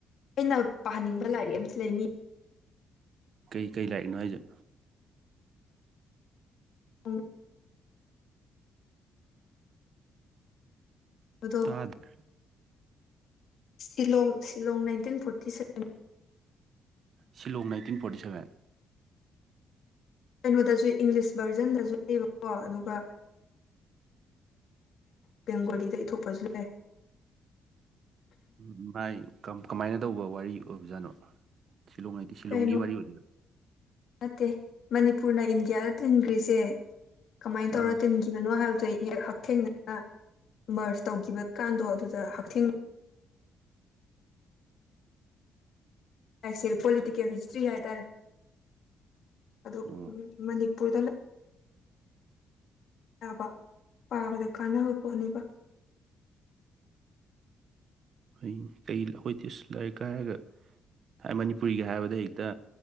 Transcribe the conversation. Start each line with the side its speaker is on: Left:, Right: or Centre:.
Left: ꯑꯩꯅ ꯄꯥꯍꯟꯅꯤꯡꯕ ꯂꯥꯏꯔꯤꯛ ꯑꯃꯗꯤ ꯂꯩ ꯃꯤ
Right: ꯀꯩ ꯀꯩ ꯂꯥꯏꯔꯤꯛꯅꯣ ꯍꯥꯏꯁꯦ
Left: ꯑꯃ ꯕꯗꯣ
Right: ꯇꯥꯗ꯭ꯔꯦ
Left: Shillong Shillong nineteen forty seven
Right: Shillong nineteen forty seven
Left: ꯀꯩꯅꯣꯗꯁꯨ ꯏꯪꯂꯤꯁ ꯚꯔꯖꯟꯗꯁꯨ ꯂꯩꯕꯀꯣ ꯑꯗꯨꯒ ꯕꯦꯡꯒꯣꯂꯤꯗ ꯏꯊꯣꯛꯄꯁꯨ ꯂꯩ
Right: ꯎ ꯃꯥꯏ ꯀꯃꯥꯏꯅ ꯇꯧꯕ ꯋꯥꯔꯤ ꯑꯣꯏꯕꯖꯥꯠꯅꯣ ꯁꯤꯂꯣꯡ ꯍꯥꯏꯗꯤ ꯁꯤꯂꯣꯡꯒꯤ
Left: ꯀꯩꯅꯣ
Right: ꯋꯥꯔꯤ ꯑꯣꯏꯗꯣꯏꯔꯥ
Left: ꯅꯠꯇꯦ ꯃꯅꯤꯄꯨꯔꯅ ꯏꯟꯗꯤꯌꯥꯗ ꯇꯤꯟꯈ꯭ꯔꯤꯁꯦ ꯀꯃꯥꯏꯅ ꯇꯧꯔ
Right: ꯑꯥ
Left: ꯇꯤꯟꯒꯦ ꯅꯣ ꯍꯥꯏꯕꯗꯨ ꯍꯦꯛ ꯍꯛꯊꯦꯡꯅ ꯃꯔꯁ ꯇꯧꯈꯤꯕ ꯀꯥꯟꯗꯣ ꯑꯗꯨꯗ ꯍꯛꯊꯦꯡ ꯑꯩꯁꯦ ꯄꯣꯂꯤꯇꯤꯀꯦꯜ ꯍꯤꯁꯇ꯭ꯔꯤ ꯍꯥꯏꯇꯥꯔꯦ ꯑꯗꯨ
Right: ꯑꯣ
Left: ꯎꯝ ꯃꯅꯤꯄꯨꯔ ꯄꯨꯗ ꯄꯥꯕꯗ ꯀꯥꯟꯅꯕ ꯄꯣꯠꯅꯦꯕ
Right: ꯀ ꯑꯩꯈꯣꯏꯗꯤ ꯂꯥꯏꯔꯤꯛꯀ ꯍꯥꯏꯔꯒ ꯃꯅꯤꯄꯨꯔꯤꯒ ꯍꯥꯏꯕꯗ ꯍꯦꯛꯇ